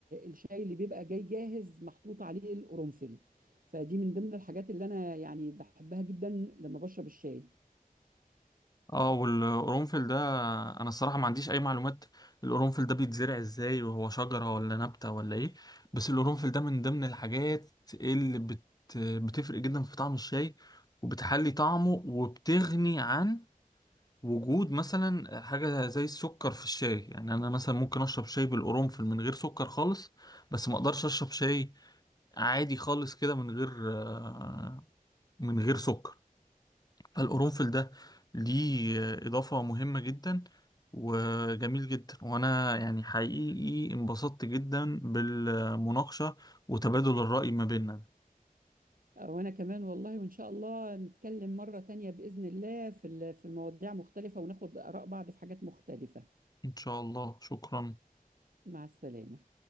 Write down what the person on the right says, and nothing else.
الشاي اللي بيبقى جاي جاهز محطوط عليه القرنفل فدي من ضمن الحاجات اللي انا يعني بحبها جدا لما بشرب الشاي
وانا كمان والله وان شاء الله نتكلم مرة تانية بإذن الله في ال- في مواضيع مختلفة وناخد آراء بعض في حاجات مختلفة
مع السلامة